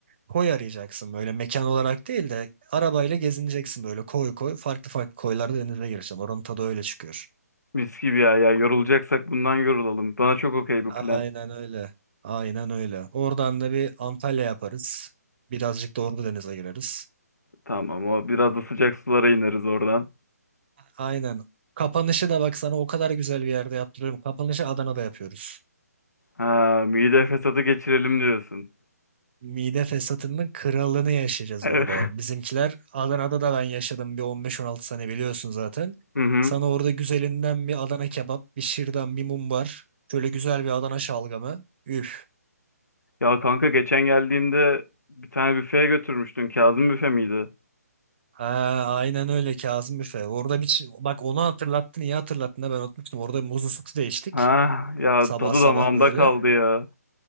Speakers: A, on the right (about 40°); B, on the left (about 80°).
A: koy arayacaksın böyle mekan olarak değil de arabayla gezineceksin böyle koy koy farklı farklı koylarda denize gireceksin. Oranın tadı öyle çıkıyor.
B: Mis gibi ya ya. Yorulacaksak bundan yorulalım. Bana çok okey bu plan.
A: Aynen öyle. Aynen öyle. Oradan da bir Antalya yaparız. Birazcık da Ordu denize gireriz.
B: Tamam o biraz da sıcak sulara ineriz oradan.
A: Aynen. Kapanışı da bak sana o kadar güzel bir yerde yaptırıyorum. Kapanışı Adana'da yapıyoruz.
B: Ha mide fesatı geçirelim diyorsun.
A: mide fesatının kralını yaşayacağız
B: Evet.
A: orada. Bizimkiler
B: <laughs>
A: Adana'da da ben yaşadım bir 15-16 sene biliyorsun zaten.
B: Hı hı.
A: Sana orada güzelinden bir Adana kebap, bir şırdan, bir mumbar. Şöyle güzel bir Adana şalgamı. Üf.
B: Ya kanka geçen geldiğimde bir tane büfeye götürmüştün. Kazım büfe miydi?
A: Ha, aynen öyle Kazım Büfe. Orada bir çi- bak onu hatırlattın, iyi hatırlattın da ben unutmuştum. Orada muzlu sütü de içtik.
B: Ha ya
A: Sabah
B: tadı
A: sabah
B: damağımda
A: böyle.
B: kaldı ya.